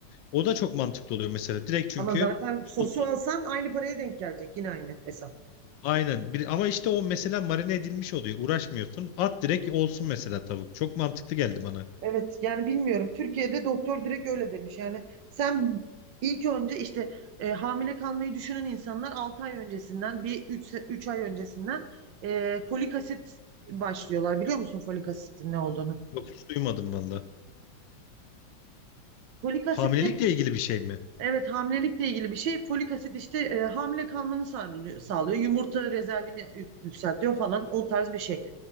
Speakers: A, on the left; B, on the right.
A: O da çok mantıklı oluyor mesela. Direkt çünkü
B: Ama zaten sosu
A: sosunu
B: alsan aynı paraya denk gelecek. Yine aynı hesap.
A: aynen. Bir, ama işte o mesela marine edilmiş oluyor. Uğraşmıyorsun. At direkt olsun mesela tavuk. Çok mantıklı geldi bana.
B: Evet yani bilmiyorum. Türkiye'de doktor direkt öyle demiş. Yani sen ilk önce işte e, hamile kalmayı düşünen insanlar 6 ay öncesinden bir üç üç ay öncesinden e, folik asit başlıyorlar. Biliyor musun folik asitin ne olduğunu?
A: Yok hiç duymadım valla.
B: Folik asit
A: Hamilelikle
B: de
A: ilgili bir şey mi?
B: evet hamilelikle ilgili bir şey. Folik asit işte e, hamile kalmanı sağlıyor, sağlıyor. Yumurta rezervini yük- yükseltiyor falan o tarz bir şey.